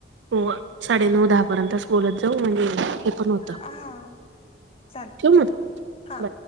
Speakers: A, on the right; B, on the left.
A: हो साडे नऊ दहा पर्यंतच बोलत जाऊ म्हणजे हे पण होत.
B: हां चाले
A: मग
B: हा.
A: बाय.